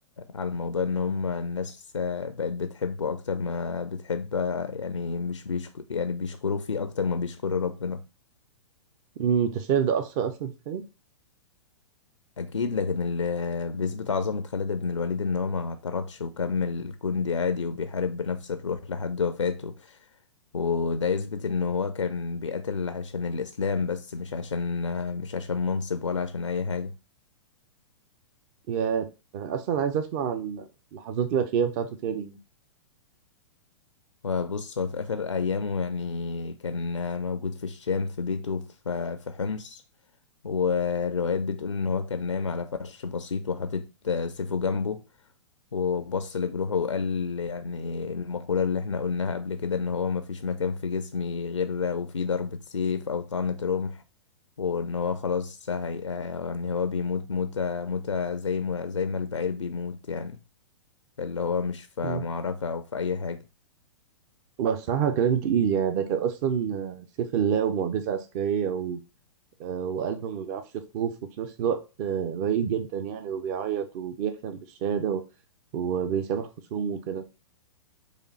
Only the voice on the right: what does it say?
امم انت شايف ده اثر اصلا في خالد
يا انا اصلا عايز اسمع عن اللحظات الاخيره بتاعته تاني يعني
مم.
بس الصراحه كلام تقيل يعني ده كان اصلا آه، سيف الله ومعجزه عسكريه و... آه، وقلب ما بيعرفش يخوف وفي نفس الوقت آه، رقيق جدا يعني وبيعيط وبيحلم بالشهاده و... وبيسامح خصومه وكده